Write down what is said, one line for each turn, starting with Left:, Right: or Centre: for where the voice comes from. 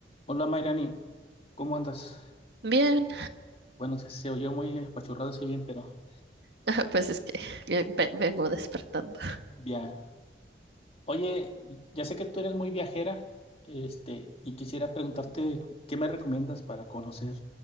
Left: Hola Mayrani, ¿cómo andas?
Right: Bien,
Left: Bueno, se, se oyó muy apachurrado ese bien, pero
Right: <laughs> pues es que bien- ve- vengo despertando.
Left: bien. Oye, ya sé que tú eres muy viajera, este, y quisiera preguntarte qué me recomiendas para conocer